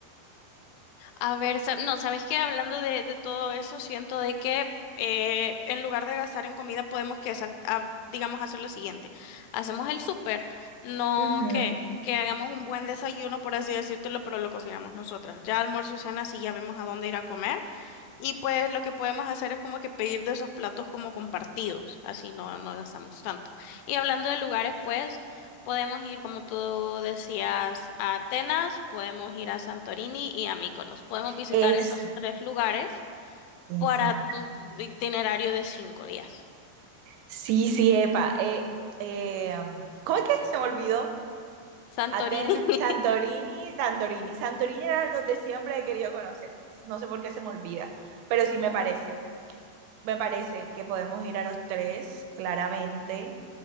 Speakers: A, on the left; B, on the right.
A: A ver, sa- no, ¿sabes qué? Hablando de, de todo eso, siento de que eh, en lugar de gastar en comida podemos que sal- a- digamos hacer lo siguiente. Hacemos el súper, no
B: Ujú.
A: que que hagamos un buen desayuno, por así decírtelo, pero lo cocinamos nosotras. Ya almuerzo y cena, sí, ya vemos a dónde ir a comer. Y pues lo que podemos hacer es como que pedir de esos platos como compartidos, así no, no gastamos tanto. Y hablando de lugares, pues podemos ir, como tú decías, a Atenas, podemos ir a Santorini y a Mykonos. Podemos visitar
B: Es,
A: esos tres lugares
B: sí,
A: para
B: sí,
A: tu itinerario de cinco días.
B: sí, sí, epa, eh, eh, um, ¿cómo es que se me olvidó?
A: Santorini,
B: Atenas,
A: <laughs>
B: Santorini, Santorini, Santorini era donde siempre he querido conocer, no sé por qué se me olvida, pero sí me parece, me parece que podemos ir a los tres, claramente,